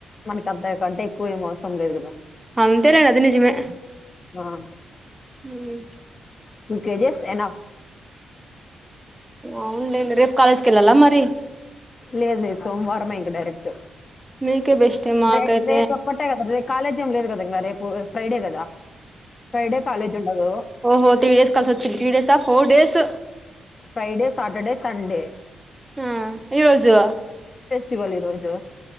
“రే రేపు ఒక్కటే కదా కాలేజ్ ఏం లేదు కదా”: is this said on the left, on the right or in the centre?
Left